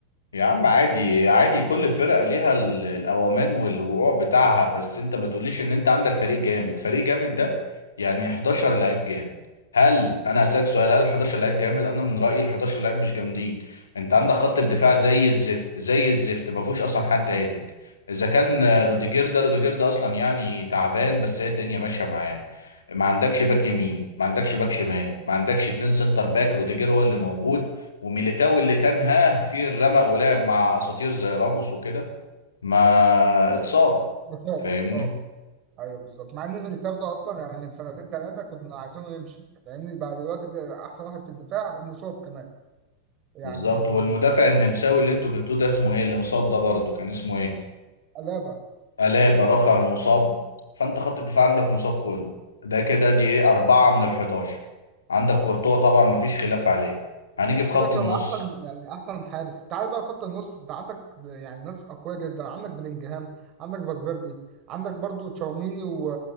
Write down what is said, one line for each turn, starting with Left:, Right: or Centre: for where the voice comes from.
Left: يا عم عادي عادي كل فرقة ليها ال- الأوامان والوقوع بتاعها بس أنت ما تقوليش إن أنت عندك فريق جامد فريق جامد ده يعني 11 لعيب جامد هل أنا هسألك سؤال هل 11 لعيب جامد أنا من رأيي ال 11 لعيب مش جامدين أنت عندك خط الدفاع زي الزفت زي الزفت ما فيهوش أصلا حد عادل إذا كان
Right: دي حقيقه
Left: آه، روديجير ده روديجير ده أصلا يعني تعبان بس هي الدنيا ماشية معاه ما عندكش باك يمين ما عندكش باك شمال ما عندكش اتنين سنتر باك روديجير هو اللي موجود وميليتاو اللي كان ها في الرمق ولعب مع اساطير زي راموس وكده ما اتصاب
Right: ده فعلا.
Left: فاهمني
Right: اه ايوه بالظبط مع ان ميليتاو ده اصلا يعني من سنتين ثلاثه كنا عايزينه يمشي لان بقى دلوقتي ده احسن واحد في الدفاع ومصاب كمان يعني
Left: بالظبط والمدافع النمساوي اللي انتوا جبتوه ده اسمه ايه اللي مصاب ده برضه كان اسمه ايه
Right: قلابه
Left: ألابا رخر مصاب فانت خط الدفاع عندك مصاب كله ده كده دي ايه أربعة من الحداشر عندك كورتوا طبعا مفيش خلاف عليه هنيجي في خط
Right: كده كده
Left: النص
Right: احسن يعني احسن حارس تعال بقى خط النص انت عندك يعني ناس اقوياء جدا عندك بلينجهام عندك فالفيردي عندك برضو تشاوميني و...